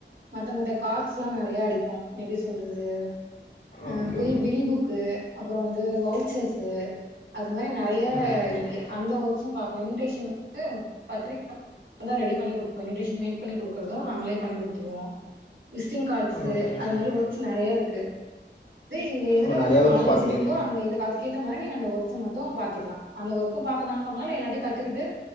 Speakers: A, on the right; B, on the left.
A: மத்த மத்த காட்ஸ்ல்லா நறைய அடிப்போ எப்படி சொல்றது ஆ
B: ஓகே
A: பில் பில் புக்கு அப்புற வந்து வவுச்சர்ஸு அது மாரி நறைய
B: ஓகே ஓகே
A: இருக்கு அந்த ஓர்க்குஸும் பா இன்விடேஷன் வந்து பத்திரிக்கை ரெடி பண்ணி கொடுப்போ இன்விடேசன் மேக் பண்ணி குடுக்குறது நாங்ளே பண்ணி குடுத்துருவோ விஸ்ட்டிங் காட்ஸ்ஸு
B: ஓகே
A: அது
B: மேடம்
A: மாரி ஒர்க்ஸ் நறைய இருக்கு இந்த எதுல
B: ஓ நிறையா
A: உங்ளுக்கு
B: ஒர்க்ஸ்
A: நாலேஜ்
B: பார்க்குறீங்க
A: இருக்கோ அந்த எத காத் கேத்தமாரி நீங்க அந்த ஒர்கஸ் மட்டு பாத்துக்கலா அந்த ஒர்க்க பாக்றது பாக்கலா எல்லாத்தயு கத்துக்கிட்டு